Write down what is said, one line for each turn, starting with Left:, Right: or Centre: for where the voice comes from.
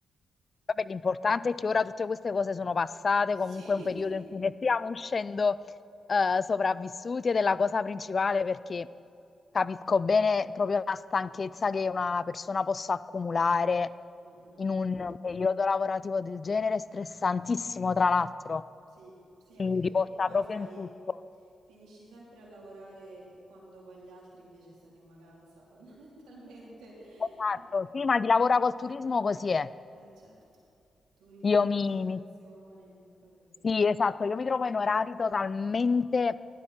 Left: Vabbè, l'importante è che ora tutte queste cose sono passate, comunque
Right: Sì.
Left: è
Right: <laughs>
Left: un periodo in cui ne stiamo uscendo eh, sopravvissuti ed è la cosa principale perché capisco bene proprio la stanchezza che una persona possa accumulare
Right: Mm, mm,
Left: in
Right: mm.
Left: un periodo lavorativo del genere, stressantissimo tra l'altro,
Right: Sì, sì,
Left: quindi
Right: anche perché
Left: porta
Right: poi,
Left: proprio
Right: sai,
Left: in tutto.
Right: finisci sempre a lavorare quando poi gli altri invece stanno in vacanza, <laughs> fondamentalmente.
Left: Esatto,
Right: E,
Left: sì, ma chi lavora col turismo così è.
Right: eh, certo, turismo,
Left: Io
Right: ristorazione,
Left: mi, mi
Right: cose così.
Left: Sì, esatto, io mi trovo in orari totalmente